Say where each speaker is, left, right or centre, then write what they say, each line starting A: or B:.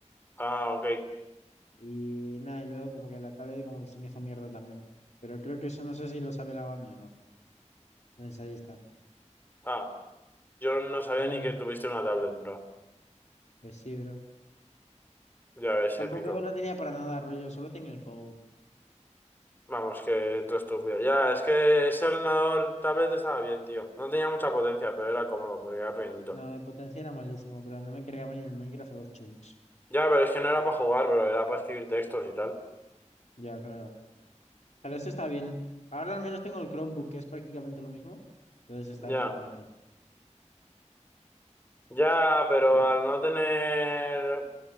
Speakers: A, on the left; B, on the left.
A: Ah, ok.
B: Y nada, y luego como que la tablet como que se me hizo mierda también. Pero creo que eso no sé si lo sabe la mami o no. Entonces ahí está.
A: Ah, yo no sabía
B: Creo
A: ni
B: que no.
A: que tuviste una tablet, bro.
B: Pues sí, bro.
A: Ya ves,
B: Tampoco
A: épico.
B: la tenía para nada rollo, solo tenía el POW.
A: Vamos, que todo estúpido. Ya, es que ese ordenador tablet estaba bien, tío. No tenía mucha potencia, pero era cómodo porque era pequeñito.
B: No, de potencia era malísimo, pero no me cargaba ni el Minecraft a los chunks.
A: Ya, pero es que no era para jugar, bro. Era para escribir textos y tal.
B: Ya, claro. Pero eso está bien. Ahora al menos tengo el Chromebook, que es prácticamente lo mismo. Entonces está
A: Ya.
B: de puta madre.
A: Ya, pero
B: Ve-
A: al no tener